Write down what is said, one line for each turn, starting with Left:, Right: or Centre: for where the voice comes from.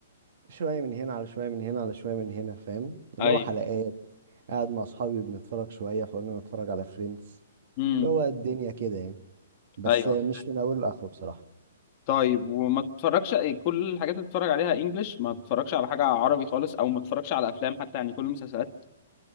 Right: شوية من هنا على شوية من هنا على شوية من هنا فاهم اللي
Left: ايوه
Right: هو حلقات قاعد مع أصحابي بنتفرج شوية فقلنا نتفرج على فريندز
Left: امم
Right: اللي هو الدنيا كده يعني بس
Left: ايوه
Right: مش من أوله لآخره بصراحة
Left: طيب وما تتفرجش كل الحاجات اللي بتتفرج عليها انجلش ما تتفرجش على حاجه عربي خالص او ما تتفرجش على افلام حتى يعني كل المسلسلات